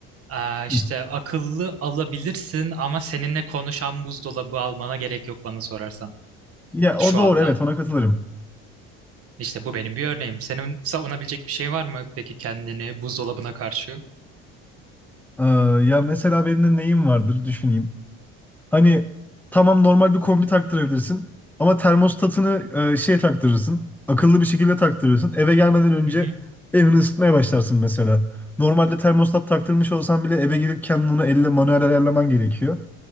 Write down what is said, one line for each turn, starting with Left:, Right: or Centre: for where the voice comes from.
Right: Aa, işte
Centre: <laughs>
Right: akıllı alabilirsin ama seninle konuşan buzdolabı almana gerek yok bana sorarsan
Centre: Ya
Right: şu
Centre: o doğru
Right: anda.
Centre: evet ona katılırım.
Right: İşte bu benim bir örneğim. Senin savunabilecek bir şey var mı peki kendini buzdolabına karşı?
Centre: Ee, ya mesela benim de neyim vardır düşüneyim. Hani tamam normal bir kombi taktırabilirsin ama termostatını e, şey taktırırsın. Akıllı bir şekilde taktırırsın. Eve gelmeden önce
Right: Hı hı,
Centre: evini ısıtmaya başlarsın mesela. Normalde termostat taktırmış olsan bile eve gidip kendini onu elle manuel ayarlaman gerekiyor.